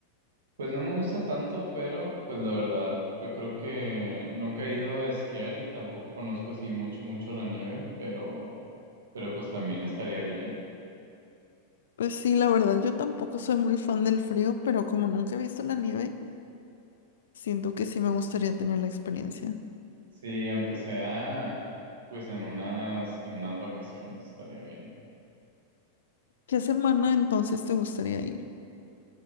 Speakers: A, on the right; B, on the left.
A: Pues no me gusta tanto, pero pues la verdad yo creo que nunca he ido a esquiar y tampoco conozco así mucho, mucho la nieve, pero, pero pues también estaría bien.
B: Pues sí, la verdad, yo tampoco soy muy fan del frío, pero como nunca he visto la nieve, siento que sí me gustaría tener la experiencia.
A: Sí, aunque sea pues en unas, en unas vacaciones estaría bien.
B: ¿Qué semana entonces te gustaría ir?